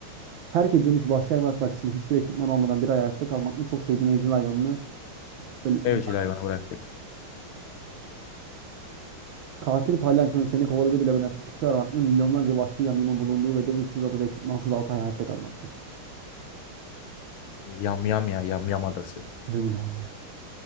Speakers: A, on the right (about 70°); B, on the left (about 75°).
A: Terk edilmiş vahşi hayvanat bahçesinde hiçbir ekipman olmadan bir ay hayatta kalmak mı? Çok sevdiğin evcil hayvanını ölü-
B: Evcil hayvanı bıraktık.
A: Katil palyaçonun seni kovaladığı bir labirentte çıkış aramak mı? Milyonlarca vahşi yamyamın bulunduğu ve de ıssız adada ekipmansız altı ay hayatta kalmak mı?
B: Yam Yam ya, Yam Yam adası.
A: Değil mi daha iyi?